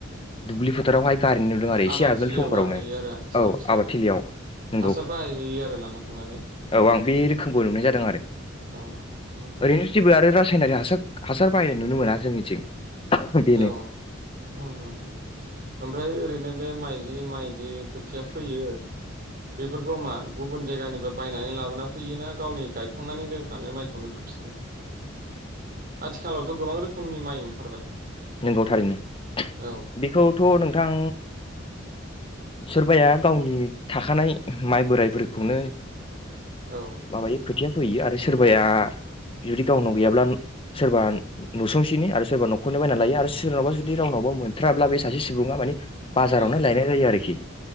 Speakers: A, on the left (about 25°); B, on the right (about 45°).
A: दुब्लि फोथारावहाय गारहैनाय नुदों आरो
B: आबाद
A: एसे आगोल
B: थिलियाव
A: समफोरावनो
B: गारहैयो आरो हासार
A: औ
B: हिसाबै
A: आबादथिलियाव नंगौ
B: हासार बाहायहैयो आरो लाना थांनानै।
A: औ आं बे रोखोमबो नुनाय जादों आरो।
B: औ उम उम
A: ओरैनो जेबो आरो। सायनारि हासार हासार बाहायनाय नुनो मोना जोंनिथिं। बेनो
B: औ <inaudible> ओमफ्राय ओरैनो बे माइ- बे माइ बिदि खोथिया फैयो। बेफोरखौ मा गुबुन जायगानिफ्राय बायनानै लाबोना फोयोना गावनि गायखांनानै दोनखानाय माइखौनो फोफिनदों आथिखालावथ' गोबां रोखोमनि माइ ओंखार
A: नंगौ थारैनो
B: औ
A: बेखौथ' नोंथां। सोरबाया गावनि थाखानाय माइ बोराइफोरखौनो।
B: औ
A: माबायो खो। खोथिया फोयो आरो। सोरबाया।
B: औ
A: जुदि गावनाव गैयाब्ला सोरबा नुसुंसेनि आरो सोरबा न'खर बायना लायो आरो सोरनावबा जुदि रावनावबो मोनथाराब्ला बे सासे सुबुङा मानि बाजारावनो
B: औ
A: लायनाय जायो आरोखि